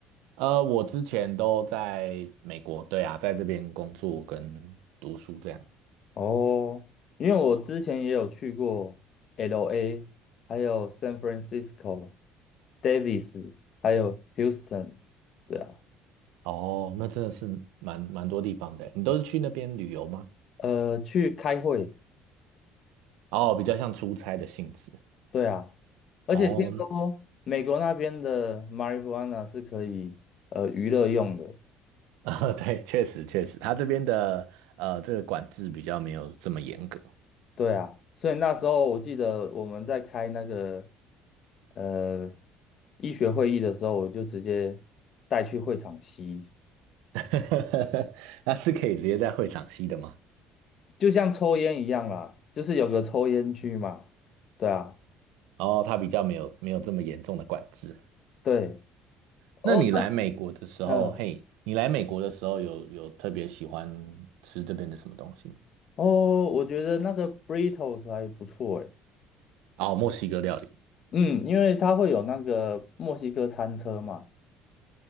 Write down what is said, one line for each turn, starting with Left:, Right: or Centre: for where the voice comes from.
Right: 呃，我之前都在美国，对啊，在这边工作跟读书这样。
Left: 哦，因为我之前也有去过 LA，还有 San Francisco、Davis，还有 Houston。对啊，
Right: 哦，那真的是蛮蛮多地方的欸。你都是去那边旅游吗？
Left: 呃，去开会。
Right: 哦，比较像出差的性质。
Left: 对啊，而且听说美国那边的
Right: 哦，
Left: marijuana 是可以呃娱乐用的，
Right: <laughs> 呃，对，确实确实，他这边的呃这个管制比较没有这么严格。
Left: 对啊，所以那时候我记得我们在开那个呃医学会议的时候，我就直接带去会场吸，
Right: <laughs> 那是可以直接在会场吸的吗？
Left: 就像抽烟一样啦，就是有个抽烟区嘛。对啊，
Right: 哦，他比较没有没有这么严重的管制。
Left: 对，
Right: 那你来美国的时候，
Left: 哦，嗯，
Right: 嘿，你来美国的时候有有特别喜欢吃这边的什么东西吗？
Left: 哦，我觉得那个 Britos 还不错诶，
Right: 哦，墨西哥料理。
Left: 嗯，因为它会有那个墨西哥餐车嘛，